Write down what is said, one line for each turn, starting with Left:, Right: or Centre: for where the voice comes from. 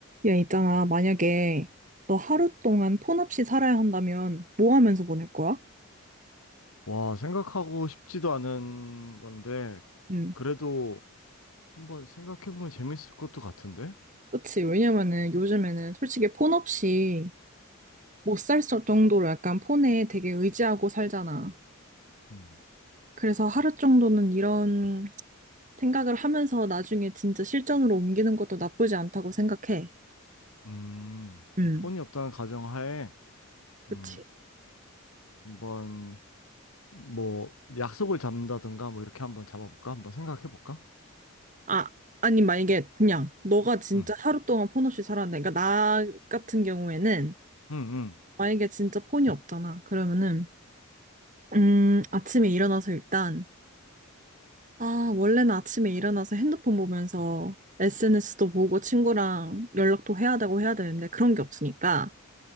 Right: 야, 있잖아. 만약에 너 하루 동안 폰 없이 살아야 한다면 뭐 하면서 보낼 거야?
Left: 와, 생각하고 싶지도 않은 건데,
Right: 응
Left: 그래도 한번 생각해보면 재밌을 것도 같은데?
Right: 그치. 왜냐면은 요즘에는 솔직히 폰 없이 못 살 정도로 약간 폰에 되게 의지하고 살잖아.
Left: 음,
Right: 그래서 하루 정도는 이런 생각을 하면서 나중에 진짜 실전으로 옮기는 것도 나쁘지 않다고 생각해.
Left: 음,
Right: 응
Left: 그럼 폰이 없다는 가정하에,
Right: 그치.
Left: 음, 한번, 뭐, 약속을 잡는다든가, 뭐, 이렇게 한번 잡아볼까? 한번 생각해볼까?
Right: 아, 아니, 만약에 그냥 너가 진짜
Left: 응,
Right: 하루 동안 폰 없이 살았는데, 그러니까 나 같은 경우에는
Left: 응, 응.
Right: 만약에 진짜 폰이 없잖아. 그러면은 음, 아침에 일어나서 일단, 아, 원래는 아침에 일어나서 핸드폰 보면서 SNS도 보고 친구랑 연락도 해야 되고 해야 되는데 그런 게 없으니까,